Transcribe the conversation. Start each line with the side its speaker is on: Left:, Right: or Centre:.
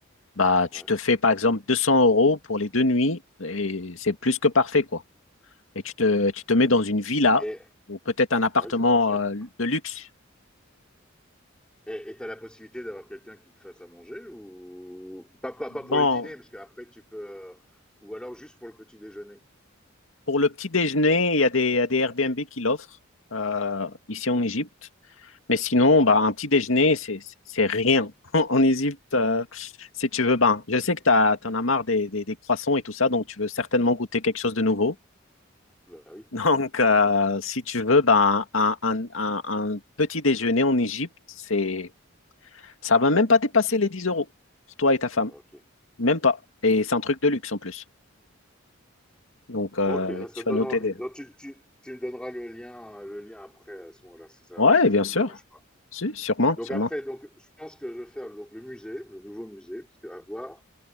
Left: Bah,
Centre: Ouais.
Left: tu te fais, par exemple, 200 euros pour les deux nuits, et c'est plus que parfait, quoi. Et tu te, tu te mets dans une villa,
Centre: Et
Left: ou peut-être un appartement
Centre: ouais, c'est pas cher.
Left: euh, de luxe.
Centre: Et et t'as la possibilité d'avoir quelqu'un qui te fasse à manger ou pas, pas,
Left: Bon,
Centre: pas pour les dîners parce qu'après tu peux ou alors juste pour le petit déjeuner.
Left: Pour le petit déjeuner, il y a des, il y a des Airbnb qui l'offrent euh, ici en Égypte. Mais sinon, bah, un petit déjeuner, c'est c'est rien. <laughs> En Égypte, euh, si tu veux, ben, je sais que tu en as marre des, des- des croissants et tout ça, donc tu veux certainement goûter quelque chose de nouveau.
Centre: Bah
Left: <laughs>
Centre: oui.
Left: Donc, euh, si tu veux, ben, un, un- un- un petit déjeuner en Égypte, c'est, ça va même pas dépasser les 10 euros pour toi et ta femme.
Centre: Ok.
Left: Même pas. Et c'est un truc de luxe en plus. Donc, euh,
Centre: Ok, là, ça
Left: tu
Centre: donne
Left: vas noter
Centre: envie.
Left: des...
Centre: Donc, tu, tu, tu me donneras le lien, le lien après, à ce moment-là, si ça,
Left: Ouais,
Centre: si
Left: bien
Centre: ça te
Left: sûr.
Centre: dérange pas.
Left: Si, sûrement,
Centre: Donc,
Left: sûrement.
Centre: après, donc, je pense que je vais faire donc, le musée, le nouveau musée, parce que, à voir.